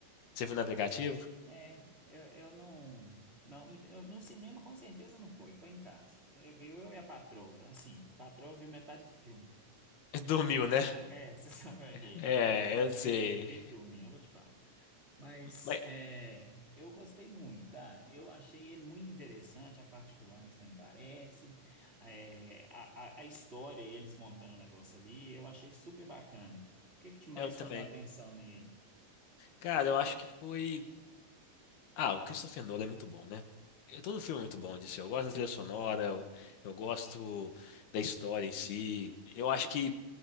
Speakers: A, on the left; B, on the right.
A: você viu no aplicativo?
B: É, eu, eu não, não, eu, no cinema com certeza não foi, foi em casa. É, viu eu e a patroa, assim, a patroa viu metade do filme.
A: <laughs> Dormiu, né?
B: É, <laughs> você sabe como é que
A: É,
B: é. Ela
A: é, eu sei.
B: vive, vive dormindo, eu vou te falar. Mas
A: Mas
B: é, eu gostei muito, cara. Eu achei ele muito interessante, a parte que o Einstein aparece, é, a, a, a história, eles montando o negócio ali, eu achei super bacana. O que que te mais
A: eu também.
B: chamou a atenção nele?
A: Cara, eu acho que foi. Ah, o Christopher Nolan é muito bom, né? Eu- Todo filme é muito bom disso. Eu gosto da trilha sonora, eu, eu gosto da história em si. Eu acho que,